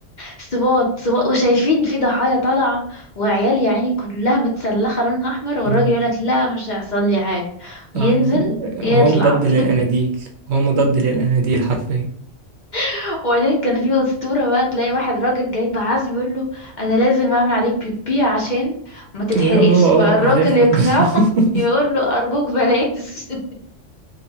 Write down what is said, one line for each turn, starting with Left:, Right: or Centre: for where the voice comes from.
Left: صوات صوات وشايفين في ضحايا طالعة وعيال يا عيني كلها متسلخة لونها أحمر والراجل
Right: اه.
Left: يقولك لا مش هيحصل لي حاجة ينزل
Right: آه، يعني هو
Left: يطلع
Right: مضاد للأناديل هو مضاد للأناديل حرفيا
Left: <laughs> وبعدين كان في أسطورة بقى تلاقي واحد راجل جايب عزم يقول له أنا لازم أعمل عليك بيبي عشان ما تتحرقش
Right: يا اه
Left: فالراجل
Right: اه عارفها
Left: يقنعه <laughs>
Right: <laughs>
Left: يقول له أرجوك بلاش <laughs>